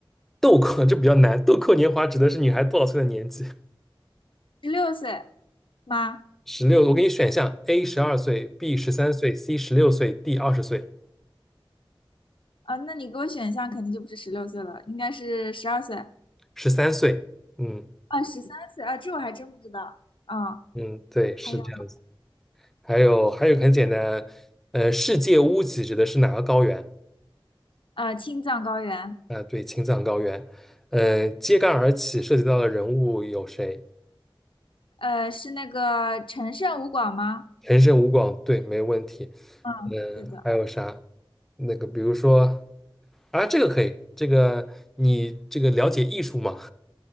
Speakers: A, in the centre; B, on the left (about 65°).
A: 豆蔻就 <laughs> 比较难，豆蔻年华指的是女孩多少岁的年纪？
B: 十六岁吗？
A: 十六，我给你选项：A 十二岁，B 十三岁，C 十六岁，D 二十岁，
B: 啊，那你给我选项肯定就不是十六岁了，应该是十二岁
A: 十三岁。嗯
B: 啊，十三岁啊，这我还真不知道。啊，
A: 嗯，对，是这样的。
B: 还有
A: 还有还有很简单，呃，世界屋脊指的是哪个高原？
B: 呃，青藏高原
A: 啊，对，青藏高原，呃，揭竿而起涉及到的人物有谁？
B: 呃，是那个陈胜吴广吗？
A: 陈胜吴广，对，没问题。
B: 嗯，
A: 嗯、
B: 是的。
A: 还有啥？那个，比如说，啊，这个可以，这个你这个了解艺术吗？